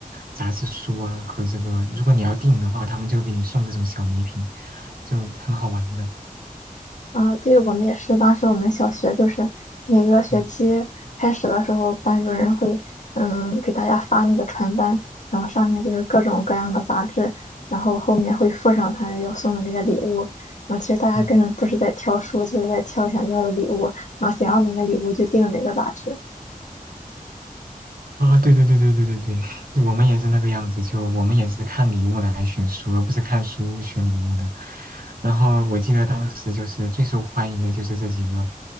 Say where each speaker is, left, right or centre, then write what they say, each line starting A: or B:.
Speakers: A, on the right (about 80°); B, on the left (about 55°).
A: 杂志书啊和这个，如果你要订的话，他们就会给你送这种小礼品，就很好玩的。
B: 啊。对，我们也是，当时我们小学就是每个学期开始的时候，
A: 嗯
B: 班主任会嗯给大家发那个传单，然后上面就是各种各样的杂志，然后后面会附上他要送的那个礼物。然后其实大家根本不是在挑书，
A: 嗯。
B: 就是在挑想要的礼物，然后想要哪个礼物就订哪个杂志。
A: 啊，对对对对对对对，<laughs> 我们也是那个样子，就我们也是看礼物来选书，而不是看书选礼物的。然后我记得当时就是最受欢迎的就是这几个，